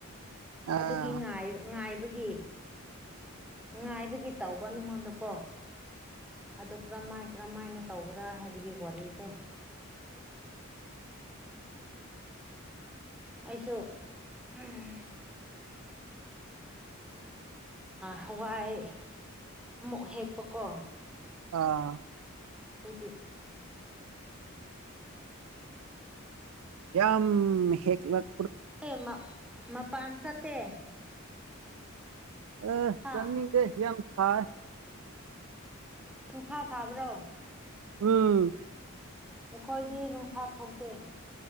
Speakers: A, on the right; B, in the centre.
A: ꯑꯥ
B: ꯑꯗꯨꯒꯤ ꯉꯥꯏ ꯉꯥꯏꯕꯒꯤ ꯉꯥꯏꯕꯒꯤ ꯇꯧꯕ ꯅꯉꯣꯟꯗꯀꯣ ꯑꯗꯨ ꯀꯔꯝꯃꯥꯏ ꯀꯔꯝꯃꯥꯏꯅ ꯇꯧꯕ꯭ꯔꯥ ꯍꯥꯏꯕꯒꯤ ꯋꯥꯔꯤꯗꯣ ꯑꯩꯁꯨ ꯎꯝ ꯍꯋꯥꯏ ꯑꯃꯨꯛ ꯍꯦꯛꯄꯀꯣ
A: ꯑ
B: ꯑꯗꯨꯒꯤ
A: ꯌꯥꯝ ꯍꯦꯛꯂꯛ
B: ꯑꯦ ꯃꯄꯥꯟ ꯆꯠꯇꯦ
A: ꯑ
B: ꯍꯥ
A: ꯆꯠꯅꯤꯡꯗꯦ ꯌꯥꯝ ꯁꯥꯏ
B: ꯅꯨꯡꯁꯥ ꯁꯥꯕ꯭ꯔꯣ
A: ꯎꯝ
B: ꯑꯩꯈꯣꯏꯗꯤ ꯅꯨꯡꯁꯥ ꯊꯣꯛꯇꯦ